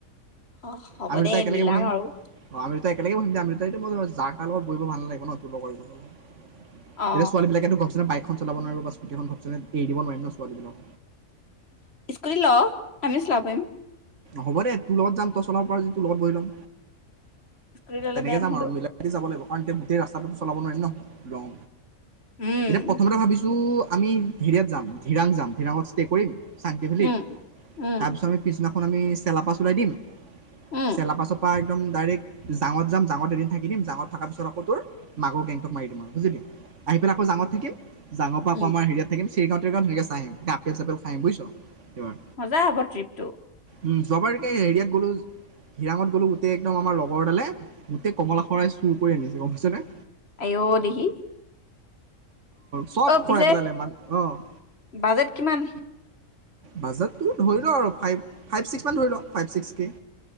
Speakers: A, on the left; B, on the right.
A: অ হ'ব
B: আমি দুটা
A: দে,
B: একেলগে
A: মিলাম
B: বহিম
A: আৰু।
B: অ আমি দুটা একেলগে বহিম দে আমি দুটাইটো জাৰ তাৰ লগত বহিব ভাল নালাগিব ন তোৰ লগৰ এতিয়া
A: অ
B: ছোৱালীবিলাকেতো গমছাই পাই চলাব নোৱাৰিব বা স্কুটিখনন ঘপচেনে এৰি দিব নোৱাৰিম ন ছোৱালীবিলাকক।
A: স্কুটি ল', আমিও চলাব পাৰিম।
B: হ'ব দে তোৰ লগত যাম, তই চলাব পাৰা যদি তোৰ লগত বহি লম।
A: স্কুটি ললে
B: তেনেকে
A: বেয়া নহয়তো
B: যাম আৰু মিলাই মিলি যাব লাগিব। কাৰণ এতিয়া গোটেই ৰাস্তাটোতো চলাব নোৱাৰি ন! লং।
A: উম
B: এতিয়া প্ৰথমতে ভাবিছো টো আমি হেৰিয়াত যাম ধিৰাং যাম, ধিৰাঙত ষ্টে কৰিম চাংতি ভেলিত।
A: উম, উম,
B: তাৰ পিছত আমি পিছদিনা খন আমি চেলাপাছ ওলাই দিম।
A: উম,
B: চেলাপাচৰ পা একদম ডাইৰেক্ট জাঙত যাম জাঙত এদিন থাকি দিম জাঙত থকাৰ পিছত আকৌ তোৰ মাগৰ গেংটক মাৰি দিম আৰু বুজিলি? আহি পেলাই আকৌ জাঙত থাকিম জাঙৰ পৰা আক'
A: উম,
B: আমাৰ হেৰিয়াত থাকিম চেৰগাঁও তেৰগাও তেনেকে চাই আহিম, তাত আপেল চাপেল খাই আহিম বুজিছ'! এইবাৰ
A: মজা হ'ব ট্ৰিপটো।
B: উম, যোৱাবাৰকে হেৰিয়াত গ'লো, হিৰাঙত গ'লো গোটেই একদম আমাৰ লগৰ এডালে গোটেই কমলা সৰাই চুৰ কৰি আনিছে। গৰম হৈছেনে?
A: আই ঐ দেহি!
B: চব
A: অ'! পিছে
B: খৰাই পেলালে মান অ',
A: বাজেট কিমান?
B: বাজেটটো ধৰি লওঁ আৰু ফাইভ ফাইভ, ছিক্সমান ধৰি ল' ফাইভ, ছিক্স কে।